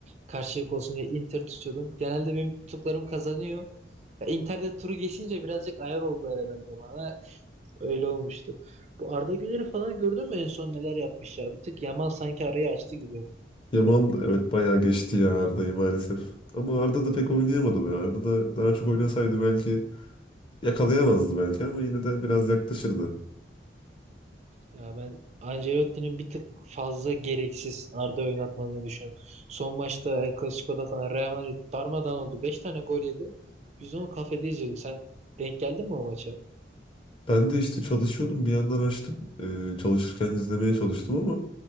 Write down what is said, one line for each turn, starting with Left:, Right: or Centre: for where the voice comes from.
Right: karşılık olsun diye Inter tutuyordum. Genelde benim tuttuklarım kazanıyor. Ya Inter'de turu geçince birazcık ayar oldu herhalde bana. Öyle olmuştu. Bu Arda Güler'i falan gördün mü en son neler yapmış ya? Bir tık Yamal sanki arayı açtı gibi.
Left: Yamal evet bayağı geçti ya Arda'yı maalesef. Ama Arda da pek oynayamadı be. Arda da daha çok oynasaydı belki yakalayamazdı belki ama yine de biraz yaklaşırdı.
Right: Ya ben Ancelotti'nin bir tık fazla gereksiz Arda oynatmadığını düşünüyorum. Son maçta El Clasico'da falan Real Madrid darmadağın oldu. 5 tane gol yedi. Biz onu kafede izliyorduk. Sen denk geldin mi o maça?
Left: Ben de işte çalışıyordum bir yandan açtım. Ee, çalışırken izlemeye çalıştım ama